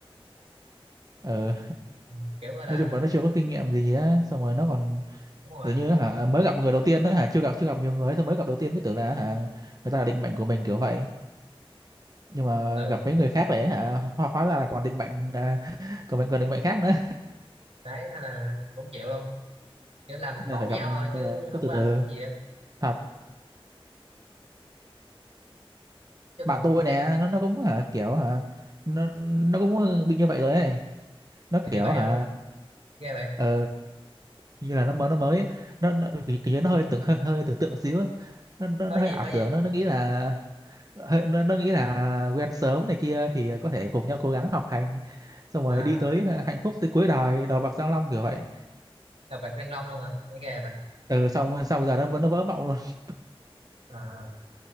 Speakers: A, on the right; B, on the right.
A: ừ.
B: <laughs> kiểu gọi là
A: nói chung
B: nó
A: là nó chưa có kinh nghiệm gì á xong rồi nó còn
B: đúng rồi
A: kiểu như hả mới gặp người đầu tiên đó hả chưa gặp chưa gặp nhiều người xong mới gặp đầu tiên cứ tưởng là hả người ta là định mệnh của mình kiểu vậy nhưng mà
B: ừ
A: gặp mấy người khác để hả hóa, hóa ra là còn định mệnh à, còn mình còn định mệnh khác nữa
B: đấy nên là cũng chịu luôn kiểu
A: <laughs>
B: làm
A: nên
B: khổ
A: là phải gặp
B: nhau
A: nên
B: thôi chứ
A: là cứ
B: không
A: từ
B: có
A: từ
B: làm được gì á
A: thật
B: chứ
A: bạn
B: cũng
A: tôi
B: thấy
A: nè nó nó cũng hả kiểu hả nó nó cũng bị như vậy rồi ấy nó
B: bạn như
A: kiểu
B: vậy
A: hả
B: rồi đúng không ghê bạn
A: ờ, như là nó mới nó mới nó, nó kiểu như nó hơi tưởng hơi, hơi tưởng tượng xíu á. nó, nó,
B: nói
A: nó hơi
B: gì
A: ảo
B: nói
A: tưởng
B: gì
A: nó nó nghĩ là hơi, nó, nó nghĩ là quen sớm này kia thì có thể cùng nhau cố gắng học hành xong rồi
B: à
A: đi tới hạnh phúc tới cuối đời đầu bạc răng long kiểu vậy
B: đọc bạch Đăng Long luôn hả nghe ghê bạn
A: ừ xong xong bây giờ nó vẫn nó vỡ mộng luôn <laughs>
B: à,